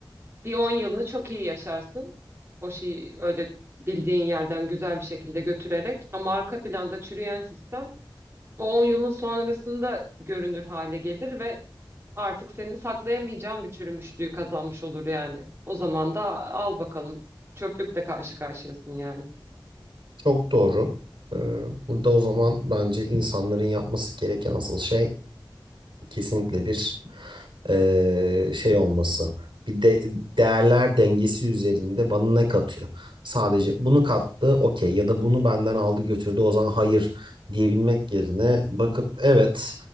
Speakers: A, on the right (about 30°); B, on the right (about 75°).
A: bir 10 yılını çok iyi yaşarsın. O şeyi öyle bildiğin yerden güzel bir şekilde götürerek. Ama arka planda çürüyen sistem o 10 yılın sonrasında görünür hale gelir ve artık seni saklayamayacağın bir çürümüşlüğü kazanmış olur yani. O zaman da al bakalım çöplükle karşı karşıyasın yani.
B: Çok doğru. E, burada o zaman bence insanların yapması gereken asıl şey kesinlikle bir eee, şey olması. Bir de değerler dengesi üzerinde bana ne katıyor? Sadece bunu kattı, okey ya da bunu benden aldı götürdü o zaman hayır diyebilmek yerine bakıp evet